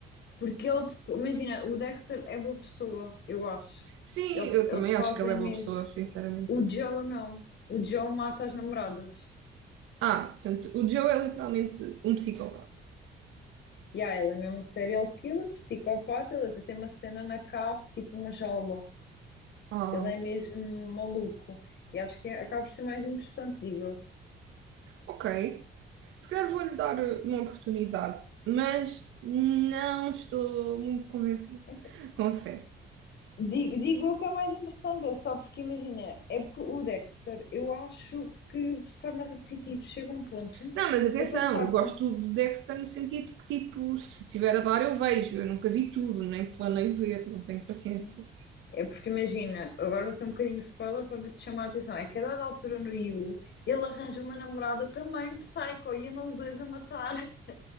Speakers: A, on the left (about 65°); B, on the right (about 80°).
A: Porque ele, tipo, imagina, o Dexter é boa pessoa, eu acho.
B: Sim,
A: Ele-
B: eu
A: eles
B: também
A: fazem
B: acho que ele é
A: mesmo.
B: boa pessoa, sinceramente.
A: O Joe não. O Joe mata as namoradas.
B: Ah, portanto, o Joe é literalmente um psicopata.
A: E ah, ele é mesmo um serial killer, psicopata, ele até tem uma cena na cave, tipo uma jaula.
B: Ah,
A: Ele é mesmo maluco. E acho que é- acaba por ser mais interessante, digo eu.
B: ok. Se calhar vou-lhe dar uh, uma oportunidade, mas não estou muito convencida,
A: É assim,
B: confesso.
A: di- digo eu que é mais interessante, é só porque, imagina, é porque o Dexter, eu acho que se torna repetitivo. Chega um ponto,
B: Não, mas atenção,
A: eu estou farta.
B: eu gosto do Dexter no sentido que, tipo, se tiver a dar, eu vejo. Eu nunca vi tudo, nem planei ver, não tenho paciência.
A: Sim. É porque imagina, agora vai ser um bocadinho spoiler para ver se chama a atenção. É que a dada altura no Yu, ele arranja uma namorada também psycho e andam os dois a matar. <laughs>